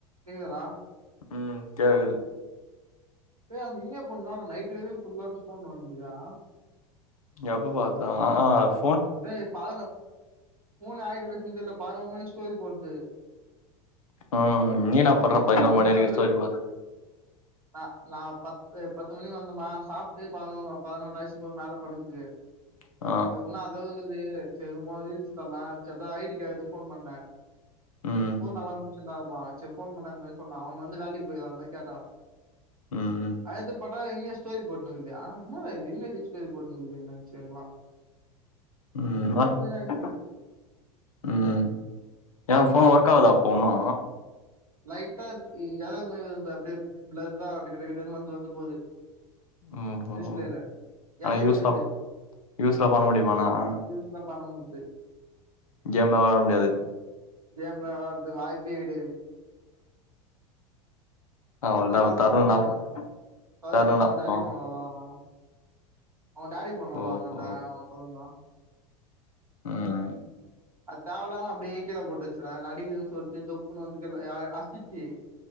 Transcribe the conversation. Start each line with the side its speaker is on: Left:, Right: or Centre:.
Right: கேக்குதாடா
Left: ம் கேகுது
Right: ஏ அந்த இனியா பொண்ணு லா நாட்டு வரையு ஃபுல்லாவே ஃபோன் நோண்டிட்ருக்கா
Left: எப்பப் பாத்தா ஆஃப்
Right: சேர் பகன்னா போனு ஆயிட்டு பேசுதுன்தெல்ல பதினொரு மணிக்கு ஸ்டோரி போட்து
Left: ம் நீ என்ன பண்ற பதினோரு
Right: நா
Left: மணி
Right: இன்ஸ்ட்டா
Left: வரைக்கு
Right: பேஸ்சு
Left: ஸ்டோரி பாத்து
Right: நா நா பத்து பத்து மணிக்கு வந்தமா சாப்ட்டு பதினொ பதினொரு வயசுக்கு போய் மேல படுது
Left: ஆ
Right: ஆனா அதது செர்மா வீழ்ச்சு தர்லா சேர் அதா ஐடி கார்ட் எடுத்து போன் பண்ண
Left: ம்
Right: போ நல்லா முடிச்சிருந்தாப்பா செரி போன் பண்ண அ இந்த மரரி சொன்னா அவ வந்து வேலைக்கு போய்யான்னா கேட்டா
Left: ம் ம்
Right: அதலிருத்து பட் <unintelligible> இயர் ஸ்டோரி போட்னுக்குது ஆ என்னடா இது <unintelligible> ஸ்டோரி போட்னுக்குது <unintelligible>
Left: ம்
Right: ஆயிடுச்சு
Left: <unintelligible> ம் எ போன்
Right: ம்
Left: ஒர்க்காதா போண்ணா
Right: லைட்டா எ எதாவது <unintelligible> அப்டியே பிளர்ரா ககிடுகிடுகிடுனு வந்து வந்து போது
Left: ஓஹோ
Right: டிஸ்பிளேல
Left: ஆனா
Right: என்ன
Left: யூ
Right: திட்டுது
Left: ஸ் <unintelligible> யூ ஸ் ல பண்ண முடியுமா நானு
Right: யூஸ்லா பண்ண முட்து
Left: கேம்ல்லா வெளாட முடியாது
Right: கேம் வெளார்றதுகு வாய்ப்பே கிடியாது
Left: அவள்தா
Right: நம்பாள்
Left: தருண்
Right: தவிரின் வந்தா
Left: ஞாபகோ
Right: தவிரின்
Left: தருண்
Right: வந்தா
Left: ஞாபகோ
Right: அவுங்க டேடிகு ஃபோன் உள்ளதானா அவே டேடி ஃபோன்ல
Left: ஓஹோ
Right: <unintelligible>
Left: ம்
Right: அத் தேவலாம அப்டியேக் கீழ போட்டு வெச்சிறாக நடிகிதுன் சொல்ட்டு தொப்புனு வந்து கீழ ய அ அச்சிச்சி